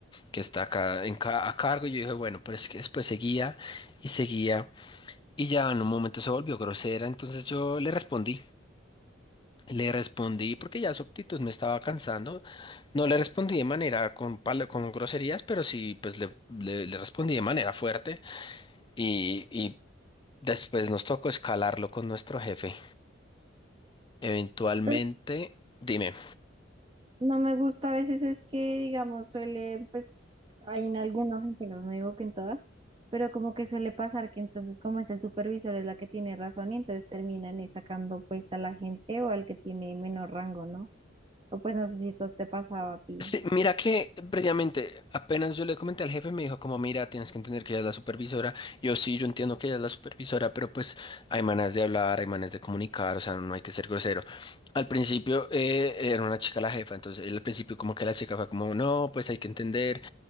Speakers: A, on the left; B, on the right.
A: que está acá en ca- a cargo, y yo dije, bueno, pero es que después seguía y seguía y ya en un momento se volvió grosera, entonces yo le respondí. Le respondí porque ya su actitud me estaba cansando. No le respondí de manera con, pala- con groserías, pero sí, pues le, le- le respondí de manera fuerte y, y después nos tocó escalarlo con nuestro jefe. Eventualmente,
B: Pero
A: dime.
B: no me gusta a veces es que, digamos, suele, pues, hay en algunos, en que no no digo que en todas, pero como que suele pasar que entonces como es el supervisor es la que tiene razón y entonces terminan eh, sacando pues a la gente o al que tiene menor rango, ¿no? O pues no sé si esto te pasaba a ti.
A: Sí, mira que previamente, apenas yo le comenté al jefe, me dijo como, mira, tienes que entender que ella es la supervisora. Yo sí, yo entiendo que ella es la supervisora, pero pues hay maneras de hablar, hay maneras de comunicar, o sea, no hay que ser grosero. Al principio eh, era una chica la jefa, entonces él al principio como que la chica fue como, no, pues hay que entender.